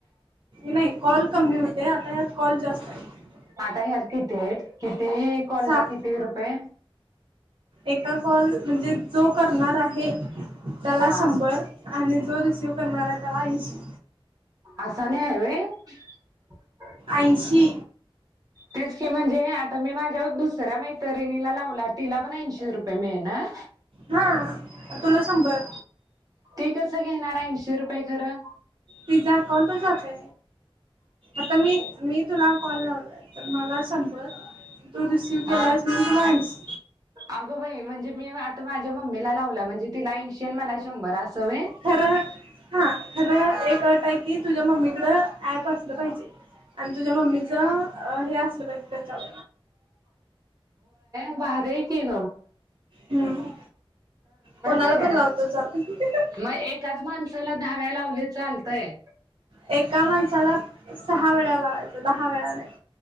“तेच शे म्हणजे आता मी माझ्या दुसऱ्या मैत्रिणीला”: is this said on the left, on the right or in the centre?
Right